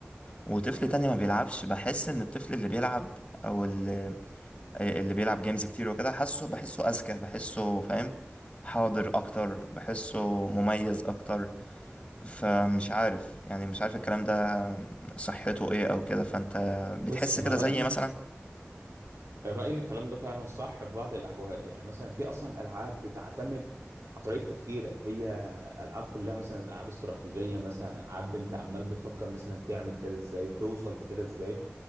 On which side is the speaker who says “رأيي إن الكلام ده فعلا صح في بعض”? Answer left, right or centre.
Right